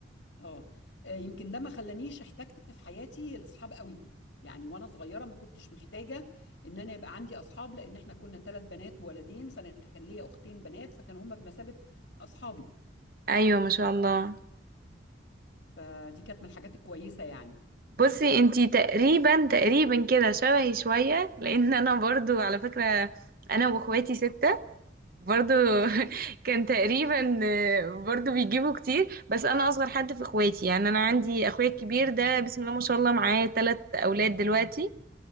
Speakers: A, on the left; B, on the right.
A: اه آه، يمكن ده ما خلانيش احتجت في حياتي لاصحاب قوي يعني وانا صغيره ما كنتش محتاجه ان انا يبقى عندي اصحاب لان احنا كنا ثلاث بنات وولدين فانا كان ليا اختين بنات فكانوا هما بمثابه اصحابي
B: ايوه ما شاء الله
A: فدي كانت من الحاجات الكويسه يعني
B: بصي انتي تقريبا تقريبا كده شبهي شوية لان انا برضو على فكرة انا واخواتي ستة برضو
A: ما شاء الله
B: <laughs> كان تقريبا آه، برضو بيجيبوا كتير بس انا اصغر حد في اخواتي يعني انا عندي اخويا الكبير ده بسم الله ما شاء الله معاه ثلاث اولاد دلوقتي